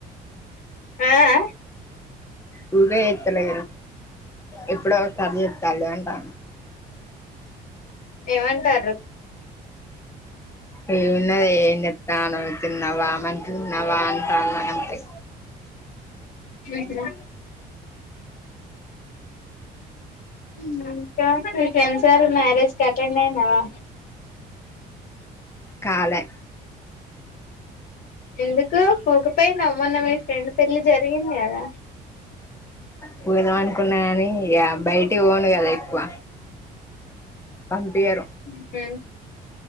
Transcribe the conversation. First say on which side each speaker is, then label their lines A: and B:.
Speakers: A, on the left; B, on the left.
A: ఆఆ
B: బువ్వే ఎత్తలే ఎప్పుడో ఒకసారు చేత్తాన్లు వంట <inaudible>
A: ఏమంటార్రు
B: ఏ ఉన్నది ఏం చేతన్నావ్ తిన్నావా మంచిగున్నావా అంటాన్నాంతే
A: ఉహు ఉమ్ ఇంకా ఫ్రెడ్సలు మ్యారేజ్ అటెండ్ అయినావా
B: కాలే
A: ఎందుకు పోకపోయినవ్ మొన్న మీ ఫ్రెండ్ పెళ్లి జరిగింది కదా
B: పోదాం అనుకున్నా కానీ ఇయ బయటికి పోను కదా ఎక్కువ పంపియారు
A: ఉహు